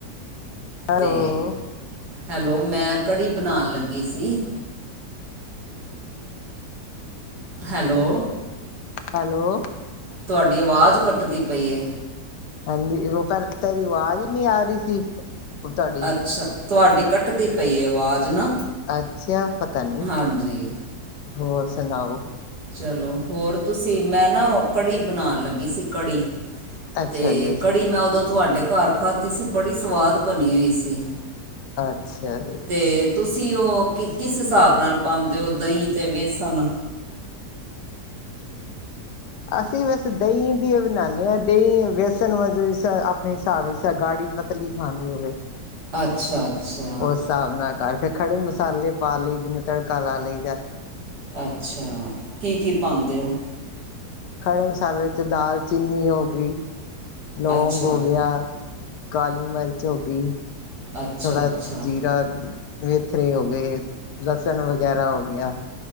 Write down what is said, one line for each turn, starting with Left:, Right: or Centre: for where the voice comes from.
Left: ਹੈਲੋ
Right: ਤੇ ਹੈਲੋ ਮੈਂ ਕੜੀ ਬਣਾਉਣ ਲੱਗੀ ਸੀ ਹੈਲੋ
Left: ਹੈਲੋ
Right: ਤੁਹਾਡੀ ਆਵਾਜ਼ ਕੱਟਦੀ ਪਈ ਏ
Left: ਹਾਂਜੀ ਉਹ ਤੇਰੀ ਆਵਾਜ਼ ਹੀ ਨਹੀਂ ਆ ਰਹੀ ਸੀ ਤੁਹਾਡੀ
Right: ਅੱਛਾ ਤੁਹਾਡੀ ਕੱਟਦੀ ਪਈ ਆਵਾਜ਼ ਨਾ
Left: ਅੱਛਾ ਪਤਾ ਨੀ
Right: ਹਾਂਜੀ
Left: ਹੋਰ ਸੁਣਾਓ
Right: ਚਲੋ ਹੋਰ ਤੁਸੀਂ ਮੈਂ ਨਾ ਉਹ ਕੜੀ ਬਣਾਉਣ ਲੱਗੀ ਸੀ ਕੜੀ
Left: ਅੱਛਾ
Right: ਤੇ
Left: ਜੀ ਅੱਛਾ
Right: ਕੜੀ
Left: ਜੀ
Right: ਮੈਂ ਉਦੋਂ ਤੁਹਾਡੇ ਘਰ ਖਾਧੀ ਸੀ ਬੜੀ ਸਵਾਦ ਬਣੀ ਹੋਈ ਸੀ
Left: ਅੱਛਾ ਜੀ
Right: ਤੇ ਤੁਸੀਂ ਉਹ ਕਿਸ ਹਿਸਾਬ ਨਾਲ ਪਾਉਂਦੇ ਓ ਦਹੀਂ ਤੇ ਵੇਸਣ
Left: ਅਸੀਂ, ਵੇਸੇ ਦਹੀਂ ਦੀਓ ਬਨਾਂਦੇ ਹਾਂ। ਦਹੀਂ, ਵੇਸਣ ਵ ਆਪਣੇ ਹਿਸਾਬ ਇਚ ਗਾੜੀ ਪਤਲੀ ਖਾਣੀ ਹੋਵੇ।
Right: ਅੱਛਾ। ਅੱਛਾ
Left: ਉਸ ਹਿਸਾਬ ਨਾਲ ਕਰ, ਫਿਰ ਖੜੇ ਮਸਾਲੇ ਪਾ ਲਈ ਦਿਏ, ਤੜਕਾ ਲਾ ਲਈ ਦਾ।
Right: ਅੱਛਾ, ਕੀ- ਕੀ ਪਾਉਂਦੇ ਓ?
Left: ਖੜੇ ਮਸਾਲੇ 'ਚ ਦਾਲਚੀਨੀ ਹੋ ਗਈ। ਲੌਗ
Right: ਅੱਛਾ
Left: ਹੋ ਗਿਆ, ਕਾਲੀ ਮਿਰਚ ਹੋ ਗਈ।
Right: ਅੱਛਾ
Left: ਥੋੜਾ
Right: ਅੱਛਾ
Left: ਜੀਰਾ ਵੇਥਰੇ ਹੋ ਗਏ, ਲਸਣ ਵਗੈਰਾ ਹੋ ਗਿਆ।